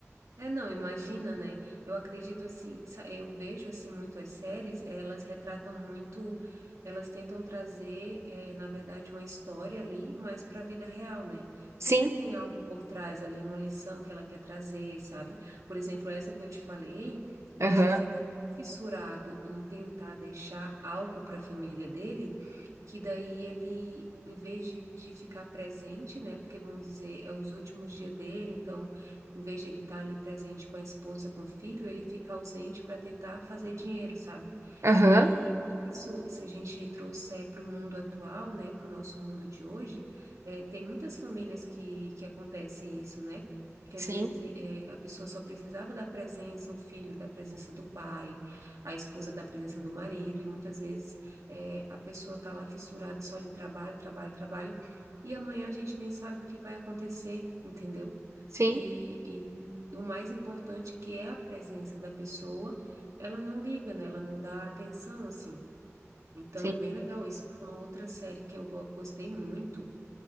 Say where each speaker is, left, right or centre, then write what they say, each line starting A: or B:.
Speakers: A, on the right (about 85°); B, on the right (about 60°).
A: É, não, imagina, né? Eu acredito assim, sa- eu vejo assim muito as séries, elas retratam muito, elas tentam trazer, eh, na verdade, uma história ali, mas para a vida real, né? Sempre
B: Sim,
A: tem algo por trás ali, uma lição que ela quer trazer, sabe? Por exemplo, essa que eu te falei,
B: aham,
A: ele fica tão fissurado em tentar deixar algo para a família dele, que daí ele, em vez de, de ficar presente, né? Porque vamos dizer, é os últimos dias dele, então em vez de ele estar ali presente com a esposa, com o filho, ele fica ausente para tentar fazer dinheiro, sabe?
B: aham,
A: E isso, se a gente trouxer para o mundo atual, né, para o nosso mundo de hoje, é, tem muitas famílias que, que acontece isso, né? que
B: sim,
A: às vezes eh, a pessoa só precisava da presença, o filho da presença do pai, a esposa da presença do marido, e muitas vezes eh, a pessoa está lá fissurada só em trabalho, trabalho, trabalho, e amanhã a gente nem sabe o que vai acontecer, entendeu?
B: sim,
A: E, e o mais importante que é a presença da pessoa, ela não liga, né? Ela não dá atenção, assim. Então
B: sim.
A: é bem legal isso. Uma outra série que eu go- gostei muito